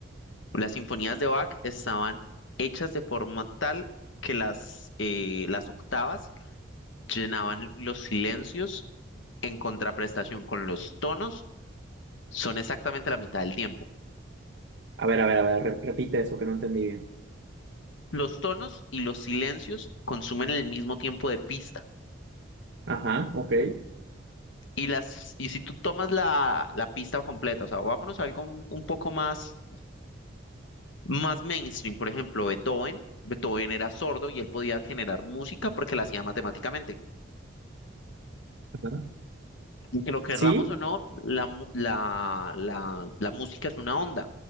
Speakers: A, on the left; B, on the right.
A: las sinfonías de Bach estaban hechas de forma tal que las, eh, las octavas llenaban los silencios en contraprestación con los tonos, son exactamente la mitad del tiempo.
B: A ver, a ver, a ver, re- repite eso que no entendí bien.
A: Los tonos y los silencios consumen el mismo tiempo de pista.
B: Ajá, ok.
A: Y, las, y si tú tomas la, la pista completa, o sea, vámonos a algo un, un poco más, más mainstream, por ejemplo, Beethoven. Beethoven era sordo y él podía generar música porque la hacía matemáticamente.
B: Ajá.
A: Y que lo querramos
B: Sí,
A: o no, la, mu- la, la, la música es una onda.